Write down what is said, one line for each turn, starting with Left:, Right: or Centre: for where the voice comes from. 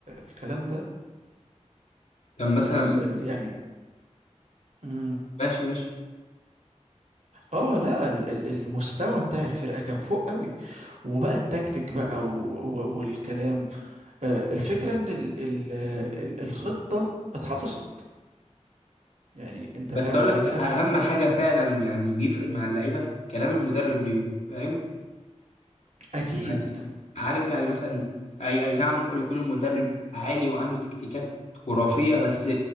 Right: الكلام ده
Left: طب مثلا
Right: ال ال يعني مم.
Left: ماشي ماشي
Right: اه لا ال- ال- المستوى بتاع الفرقه كان فوق قوي وبقى التكتيك بقى و- و- والكلام آه، الفكره ان ال- ال- ال- الخطه اتحفظت يعني انت
Left: بس
Right: فاهم
Left: اقول
Right: الفكره
Left: لك اهم حاجه فعلا يعني بيفرق مع اللعيبه كلام المدرب ليهم فاهم
Right: اكيد
Left: يعني عارف يعني مثلا اي اي نعم ممكن يكون المدرب عالي وعنده تكتيكات خرافية بس